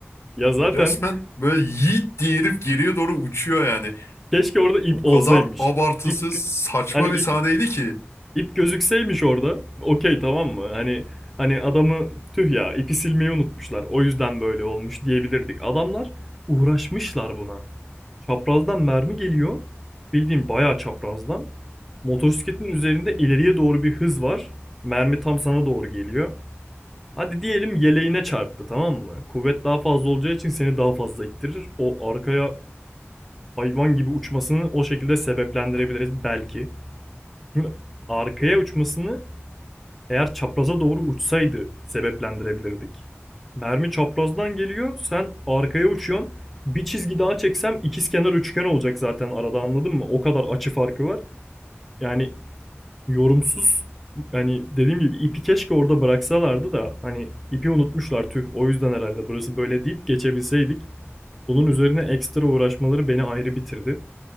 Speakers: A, in the centre; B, on the left.
A: Ya zaten
B: Resmen böyle yiğit diye herif geriye doğru uçuyor yani.
A: keşke orada ip
B: O
A: olsaymış.
B: kadar abartısız
A: İp
B: saçma
A: hani ip
B: bir sahneydi ki.
A: İp gözükseymiş orada. Okey tamam mı? Hani hani adamı tüh ya ipi silmeyi unutmuşlar. O yüzden böyle olmuş diyebilirdik. Adamlar uğraşmışlar buna. Çaprazdan mermi geliyor. Bildiğim bayağı çaprazdan. Motosikletin üzerinde ileriye doğru bir hız var. Mermi tam sana doğru geliyor. Hadi diyelim yeleğine çarptı tamam mı? Kuvvet daha fazla olacağı için seni daha fazla ittirir. O arkaya hayvan gibi uçmasını o şekilde sebeplendirebiliriz belki. Şimdi arkaya uçmasını eğer çapraza doğru uçsaydı sebeplendirebilirdik. Mermi çaprazdan geliyor, sen arkaya uçuyorsun. Bir çizgi daha çeksem ikizkenar üçgen olacak zaten arada anladın mı? O kadar açı farkı var. Yani yorumsuz hani dediğim gibi ipi keşke orada bıraksalardı da hani ipi unutmuşlar tüh o yüzden herhalde burası böyle deyip geçebilseydik. Bunun üzerine ekstra uğraşmaları beni ayrı bitirdi.